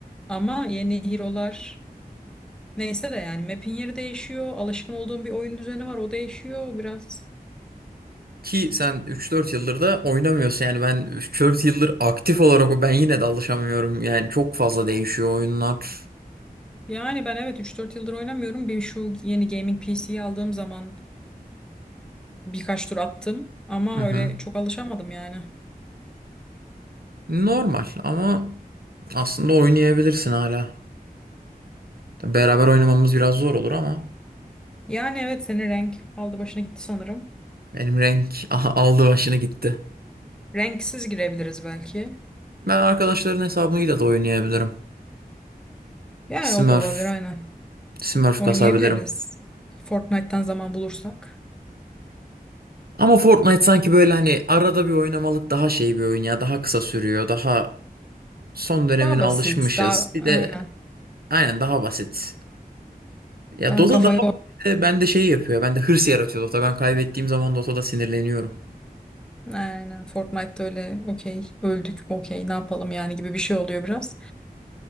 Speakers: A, in the centre; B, on the right.
A: Ama yeni hero'lar neyse de yani map'in yeri değişiyor. Alışkın olduğum bir oyun düzeni var o değişiyor biraz.
B: Ki sen üç dört yıldır da oynamıyorsun yani ben 3-4 yıldır aktif olarak o- ben yine de alışamıyorum. Yani çok fazla değişiyor oyunlar.
A: Yani ben evet 3-4 yıldır oynamıyorum. Bir şu yeni gaming PC'yi aldığım zaman birkaç tur attım ama
B: Hı hı.
A: öyle çok alışamadım yani.
B: Normal ama aslında oynayabilirsin hala. Tabii Beraber oynamamız biraz zor olur ama
A: Yani evet senin renk aldı başına gitti sanırım.
B: benim renk <laughs> aha, aldı başını gitti.
A: Renksiz girebiliriz belki.
B: Ben arkadaşların hesabıyla da oynayabilirim.
A: Yani
B: Smurf,
A: o da olabilir aynen.
B: Smurf
A: Oynayabiliriz.
B: kasabilirim.
A: Fortnite'tan zaman bulursak.
B: Ama Fortnite sanki böyle hani arada bir oynamalık daha şey bir oyun ya. Daha kısa sürüyor. Daha son dönemine
A: Daha basit,
B: alışmışız.
A: daha
B: Bir
A: aynen.
B: de aynen daha basit. Ya
A: Daha
B: Dota
A: kafayı
B: daha
A: or-
B: e, bende şey yapıyor. Bende hırs yaratıyor Dota. Ben kaybettiğim zaman Dota'da sinirleniyorum.
A: Aynen. Fortnite'da öyle okey, öldük okey ne yapalım yani gibi bir şey oluyor biraz.